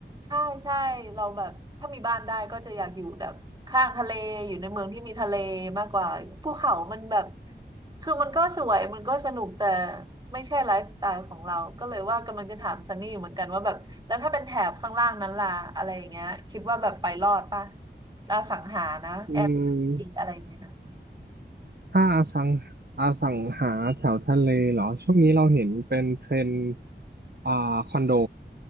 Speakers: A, on the right; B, on the right.
A: ใช่ใช่เราแบบถ้ามีบ้านได้ก็จะอยากอยู่แบบข้างทะเลอยู่ในเมืองที่มีทะเลมากกว่าภูเขามันแบบคือมันก็สวยมันก็สนุกแต่ไม่ใช่ไลฟ์สไตล์ของเราก็เลยว่ากำลังจะถามซันนี่อยู่เหมือนกันว่าแบบแล้วถ้าเป็นแถบข้างล่างนั้นล่ะอะไรอย่างเงี้ยคิดว่าแบบไปรอดป่ะอาสังหานะแอร์
B: อืม
A: อะไรอย่างเงี้ย
B: ถ้าอสังอสังหาแถวทะเลเหรอช่วงนี้เราเห็นเป็นเทรนด์อ่าคอนโด